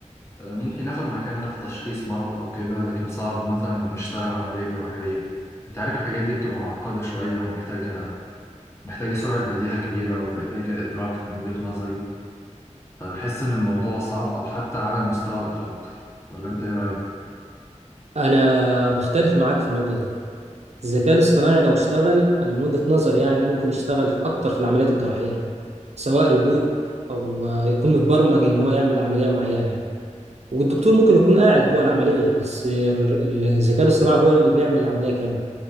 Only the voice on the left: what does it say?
آه، ممكن ياخد مكاننا في تشخيص مرض أو كده لكن صعب مثلا نشتغل عملية جراحية أنت عارف الحاجات دي بتبقى معقدة شوية ومحتاجة محتاجة سرعة بديهة كبيرة ومحتاجة إدراك من وجهة نظري فبحس إن الموضوع صعب أو حتى على المستوى الأخلاقي ولا أنت إيه رأيك؟